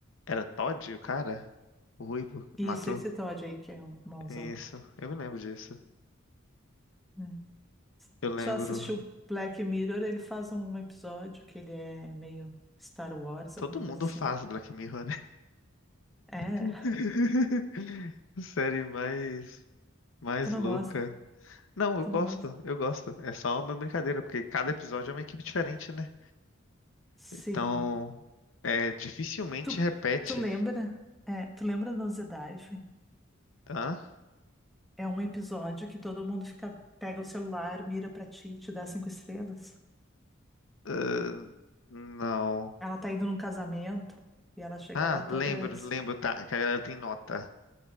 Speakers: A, on the left (about 70°); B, in the centre.
A: Era Todd, o cara? O Ruivo?
B: Isso,
A: Matou?
B: esse Todd aí que é o mauzão.
A: Isso. Eu me lembro disso.
B: né?
A: Eu lembro...
B: Só assistiu Black Mirror, ele faz um episódio que ele é meio Star Wars,
A: Todo
B: alguma coisa
A: mundo
B: assim.
A: faz Black Mirror, né?
B: É,
A: <laughs> Série mais... Mais
B: tu não
A: louca.
B: gosta,
A: Não, eu
B: tu
A: gosto.
B: não gosta.
A: Eu gosto. É só uma brincadeira, porque cada episódio é uma equipe diferente, né?
B: Sim.
A: Então... É, dificilmente
B: Tu,
A: repete,
B: tu lembra? É, tu lembra no Dive?
A: tá?
B: É um episódio que todo mundo fica, pega o celular, mira pra ti e te dá cinco estrelas.
A: Ah, não.
B: Ela tá indo num casamento e ela chega
A: Ah,
B: lá toda.
A: lembro, lembro, tá, que a galera tem nota.